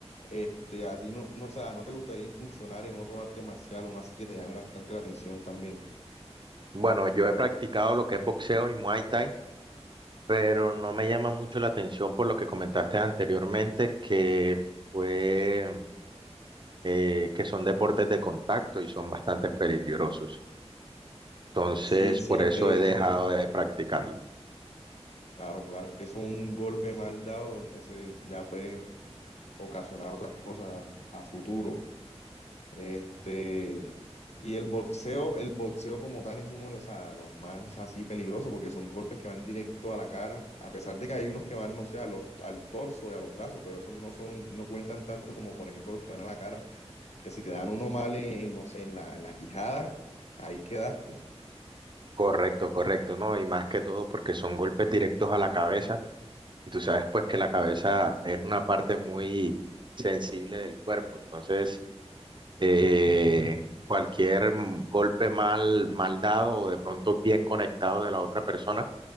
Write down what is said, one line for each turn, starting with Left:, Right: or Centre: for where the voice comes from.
Left: Este, a ti no, no, o sea, ¿no te gustaría incursionar en otro arte marcial, uno así que te llame bastante la atención también?
Right: Bueno, yo he practicado lo que es boxeo y Muay Thai pero no me llama mucho la atención por lo que comentaste anteriormente, que fue eh, que son deportes de contacto y son bastante peligrosos. Entonces,
Left: Sí, sí,
Right: por
Left: es
Right: eso
Left: que
Right: he
Left: eso,
Right: dejado de practicarlo.
Left: claro, claro, es que eso es un golpe mal dado, entonces ya puede ocasionar otras cosas a futuro. Este, y el boxeo, el boxeo como tal es uno de, o sea, de los más así peligrosos porque son golpes que van directo a la cara, a pesar de que hay unos que van, no sé, a los, al torso y a los brazos, pero esos no son, no cuentan tanto como por ejemplo los que van a la cara Que si te dan uno mal en, no sé, en la, en la quijada, ahí quedaste.
Right: Correcto, correcto, ¿no? Y más que todo porque son golpes directos a la cabeza y tú sabes pues que la cabeza es una parte muy sensible del cuerpo. Entonces, eh, cualquier mm, golpe mal, mal dado o de pronto bien conectado de la otra persona